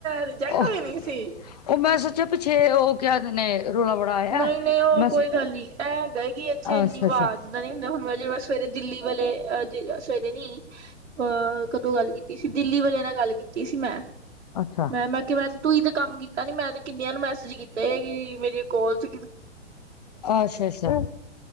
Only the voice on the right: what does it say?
ਰਿਜੈਕਟ
ਹੋਈ ਨ ਸੀ
ਨਹੀਂ ਨਹੀਂ ਉਹ
ਕੋਈ
ਗੱਲ ਨਹੀ ਐ ਹੈਗਾ ਏ ਇੱਥੇ ਇੰਨੀ
ਆਵਾਜ਼
ਦਾਂ ਨੀ ਹੁੰਦਾ ਹੁਣ ਮ ਜ ਸਵੇਰੇ ਦਿੱਲੀ ਵਾਲੇਹ ਸਵੇਰੇ ਨੀ ਅਹ ਕਦੋਂ ਗੱਲ ਕੀਤੀ ਸੀ ਦਿੱਲੀ ਵਾਲਿਆਂ ਨਾਲ ਗੱਲ ਕੀਤੀ ਸੀ ਮੈਂ
ਮੈਂ ਮੈਂ ਕਿ ਮੈਂ ਤੂੰ ਤੇ ਕੰਮ ਕੀਤਾ ਨੀ ਮੈਂ ਤੇ ਕਿੰਨਿਆਂ ਨੂੰ ਮੈਸੇਜ ਕੀਤੇ ਕਿ ਮੇਰੇ ਕੋਲ ਚ